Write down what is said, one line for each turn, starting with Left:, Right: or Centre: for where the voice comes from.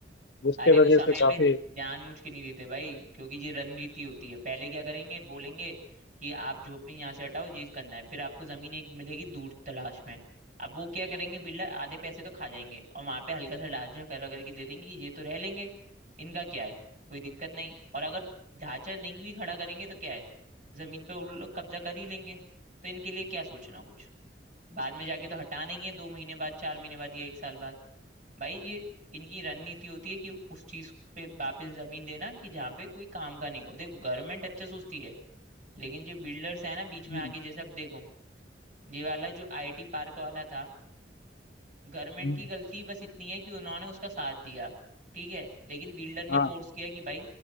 Left: जिसके
Right: अरे वो
Left: वजह
Right: समय
Left: से काफी
Right: पे जानबूझ के नहीं देते भाई क्योंकि ये रणनीति होती है पहले क्या करेंगे बोलेंगे कि आप झोपड़ी यहाँ से हटाओ ये करना है फिर आपको जमीन एक मिलेगी दूर तलाश में अब वो क्या करेंगे बिल्डर आधे पैसे तो खा जाएंगे और वहां पे हल्का सा ढांचा करा करके दे देंगे कि ये तो रह लेंगे इनका क्या है कोई दिक्कत नहीं और अगर ढांचा नहीं भी खड़ा करेंगे तो क्या है जमीन पे उन लोग कब्जा कर ही लेंगे तो इनके लिए क्या सोचना कुछ बाद में जाके तो हटाना ही है दो महीने बाद चार महीने बाद या एक साल बाद भाई ये इनकी रणनीति होती है कि उस चीज पे वापस जमीन देना कि जहाँ पे कोई काम का नहीं हो देखो गवर्नमेंट अच्छे सोचती है लेकिन जो बिल्डर्स है ना बीच में
Left: हम्म,
Right: आके जैसे अब देखो ये वाला जो आईटी पार्क वाला था गवर्नमेंट
Left: हम्म,
Right: की गलती बस इतनी है कि उन्होंने उसका साथ दिया ठीक है लेकिन बिल्डर ने
Left: हाँ
Right: फोर्स किया कि भाई